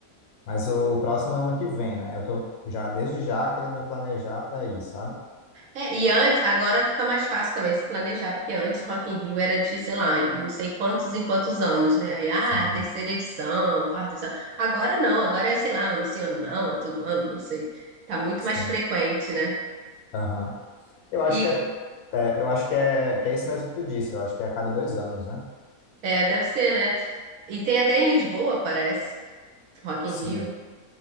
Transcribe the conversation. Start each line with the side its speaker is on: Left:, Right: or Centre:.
Left: Mas o próximo ano que vem, né? Eu tô já desde já querendo me planejar para ir, sabe?
Right: É, e antes, agora fica mais fácil também se planejar, porque antes Rock in Rio era de, sei lá, não sei quantos em quantos anos, né? Aí, ah,
Left: Sim,
Right: terceira edição, quarta edição. Agora não, agora é, sei lá, ano sim, ano não, todo ano, não sei. Tá muito
Left: sim.
Right: mais frequente, né?
Left: Aham. Eu acho
Right: E
Left: que é, é, eu acho que é, que é isso mesmo que tu disse. Eu acho que é a cada dois anos, né?
Right: é, deve ser, né? E tem até em Lisboa, parece, Rock
Left: Sim.
Right: in Rio.